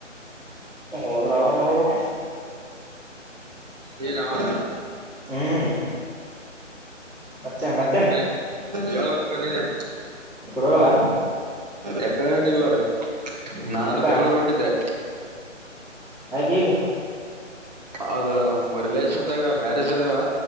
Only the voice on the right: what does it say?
ನಿನ್ ಅವನ್
<unintelligible>
ಯಕಡ್ ಇಲ್ಲ ನೋಡ ನಾನ
ಬೆಂಗ್ಳೂರಗ್ ಹೊಂಟಿದ್ದ್ಯಾ.
ಅದ ನಮ ರಿಲೇಷನ್ದಾಗ ಮ್ಯಾರೇಜ್ ಆಗ್ಯಾವ